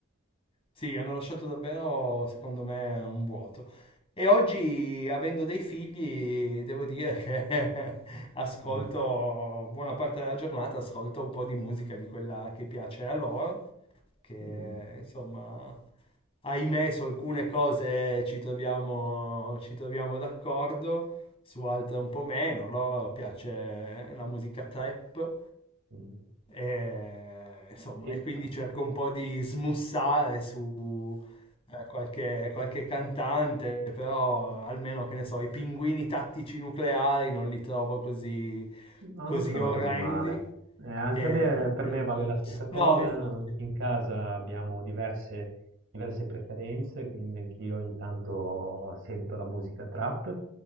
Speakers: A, on the left; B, on the right.
A: Sì, hanno lasciato davvero, secondo me, un vuoto. E oggi, avendo dei figli, devo dire che <laughs> ascolto
B: Mm,
A: buona parte della giornata, ascolto un po' di musica di quella che piace a loro, che
B: mm,
A: insomma, ahimè, su alcune cose ci troviamo, ci troviamo d'accordo, su altre un po' meno. A loro piace la musica trap,
B: mm.
A: e, insomma,
B: E-
A: e quindi cerco un po' di smussare su eh, qualche, qualche cantante, però almeno che ne so, i pinguini tattici nucleari non li trovo così,
B: no,
A: così
B: non sono
A: orrendi.
B: così male. Eh, anche
A: E...
B: a me, per me vale la stessa cosa.
A: No, infatti.
B: In casa abbiamo diverse diverse preferenze, quindi anch'io ogni tanto sento la musica trap